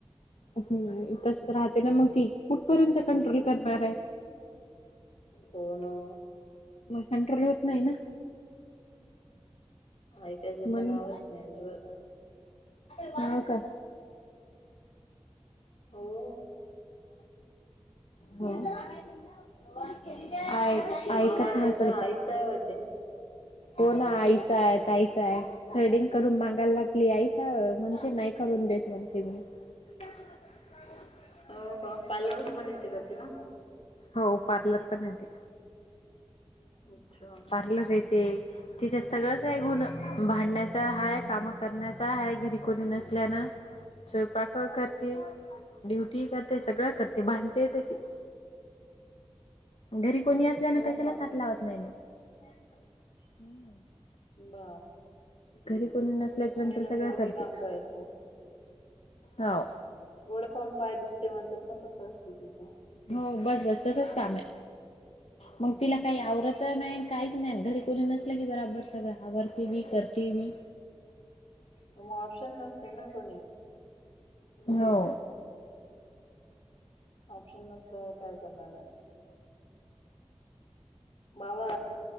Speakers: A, on the left; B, on the left.
A: हम् तसच राहते ना मग ती, कुठपर्यंत कंट्रोल करणार आहे.
B: होना.
A: मग कंट्रोल होत नाही ना.
B: ऐकायचं
A: म्हणून
B: तर नावच नाही अजिबात
A: हो का?
B: हो.
A: हो आहेत. ऐकत
B: आवाज
A: नसल
B: येत आईचा
A: परत,
B: आहे वाटते
A: हो ना आईच आहे ताईच आहे. थ्रेडिंग करून मागायला लागली आई तर म्हणते नाही करून देत म्हणते मी. <inaudible>
B: हो हो पार्लरचे पण येते का तिला?
A: हो पार्लर पण येते.
B: अच्छा!
A: पार्लर येते तिच्या सगळंच आहे गुण भांडण्याचा हा आहे काम करण्याचा आहे घरी कोणी नसल्यानं स्वयंपाक करते ड्युटी करते सगळं करते भांडते तशीच. घरी कोणी असल्यान
B: हो
A: कशालाच
B: का
A: हाथ लावत नाही मग. <inaudible>
B: बाप
A: घरी कोणी नसल्याच्या
B: कुणी
A: नंतर
B: नसलं
A: सगळं करते
B: की काम करायचं
A: हो.
B: गोड पण पाय दुखते म्हणतात ना तसं असल तिचं.
A: हो बस बस तसच काम आहे मग तिला काही आवरत नाही काहीच नाही घरी कोणी नसलं की बराबर सगळं आवरते बी करते बी.
B: मग ऑप्शन नसते ना कोणी
A: हो.
B: ऑप्शन नसल्यावर काय करणार आहे. बाबा